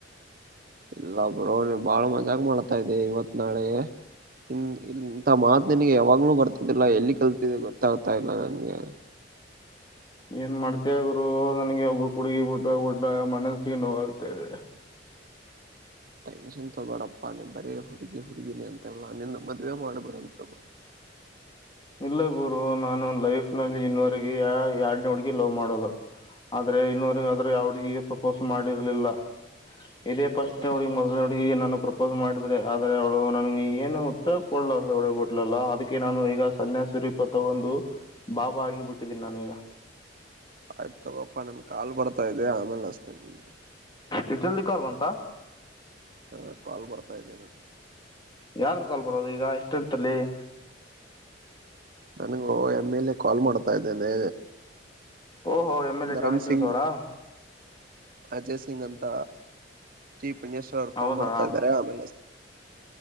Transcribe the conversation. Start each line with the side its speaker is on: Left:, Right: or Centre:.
Right: ಇಲ್ಲ ಬ್ರೋ ಬಾಳ ನೀವು ಮಜಾಕ ಮಾಡ್ತಾ ಇದೆ ಇವತ್ ನಾಳೆ ಇ ಇಂತ ಮಾತು ನಿನಗೆ ಯಾವಾಗ್ಲುೂ ಬರ್ತಿದ್ದಿಲ್ಲ ಎಲ್ಲಿ ಕಲ್ತಿದೆ ಗೊತ್ತಾಗ್ತಾ ಇಲ್ಲ ನನ್ಗೆ.
Left: ಏನ್ ಮಾಡ್ತೀಯಾ ಗುರು ನನ್ಗೆ ಒಬ್ಬಕಿ ಹುಡುಗಿ ಬಿಟ್ಟು ಹೋಗಿಬಿಟ್ಲು ಮನಸ್ಸಿಗೆ ನೋ ಆಗ್ತಾ ಇದೆ.
Right: ಟೆನ್ಷನ್ ತಗೋಡಪ್ಪಾ ನೀ ಬರೀ ಹುಡುಗಿ ಹುಡುಗೀಿನಿ ಅಂತಲ್ಲ್ಲ ನಿಂದು ಮದ್ವೆ ಮಾಡಿಬಿಡುಂ ತಗೋ.
Left: ಇಲ್ಲ ಗುರು ನಾನು ಲೈಫ್ ನಲ್ಲಿ ಇನ್ವರೆಗೆ ಯ ಯಾರ್ಡ್ನ ಹುಡ್ಗಿ ಲವ್ ಮಾಡೋಲ್ಲ. ಆದ್ರೆ ಇನ್ವರೆಗೆ ಆದ್ರ ಯಾವಡ್ಗಿಗೆ ಪ್ರಪೋಸ್ ಮಾಡಿರ್ಲಿಲ್ಲ. ಇದೇ ಫಸ್ಟ್
Right: ಹೌದಾ
Left: ನೋಡು ಮೊದಲ ನಡುಗ ನು ಪ್ರ ಸ್ ಮಾಡಿದ್ರೆ ಆದ್ರೆ ಅವಳು ನನಗೆ ಏನು ಉತ್ತರ ಕೊಡ್ಲಾರ್ದೆ ಹೊಡೋಗಿ ಬಿಟ್ಲಲ್ಲ ಅದಕ್ಕೆ ನಾನು ಈಗ. ಸನ್ಯಾಸಿರೀಪ ತಗೊಂದು ಬಾಬಾ ಆಗಿಬಿಟ್ಟಿದ್ದೀನಿ ನಾನೀಗ.
Right: ಆಯ್ತತ್ ತಗೋಪ್ಪಾ ನನ್ ಕಾಲು ಬರ್ತಾ ಇದೆ ಆಮೇಲೆ ಹಚ್ಚ್ತೀನಿ ನಿನ್ಗೆ.
Left: ಎಷ್ಟು ಜಲ್ದಿ ಕಾಲ್ ಬಂತಾ.
Right: ಹಾ ಕಾಲ್ ಬರ್ತಾ ಇದ್ದೇನೆು.
Left: ಯಾರ್ದು ಕಾಲ್ ಬರೋದು ಈಗ ಎಷ್ಟಂತಲ್ಲಿ.
Right: ನನಗೂ ಎ ಮೇಲೆ ಕಾಲ್ ಮಾಡ್ತಾ ಇದ್ದೇನೆ.
Left: ಓಹೋ ಎಮ್ ಎಲ್ ಎ
Right: ಧರಮ್
Left: ಜನಿ ಸಿನ್ಸ
Right: ಸಿಂಗ್
Left: ಅವರಾ.
Right: ಅಜಯ್ ಸಿಂಗ್ ಅಂತ ಚೀಪ್. ಪಣೇಶ್ವ ಅವ್ ಫೋನ್
Left: ಹೌದಾ
Right: ಮಾಡ್ತ ಇದಾರೆಗೆ.